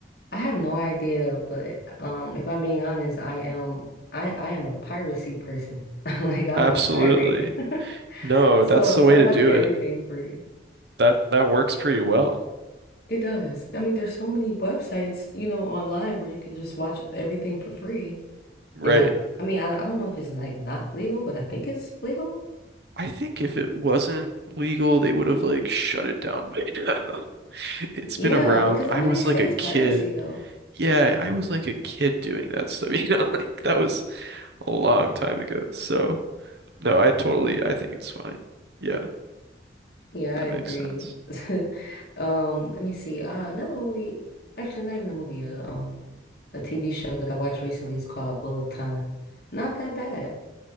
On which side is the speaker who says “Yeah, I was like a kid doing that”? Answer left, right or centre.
Right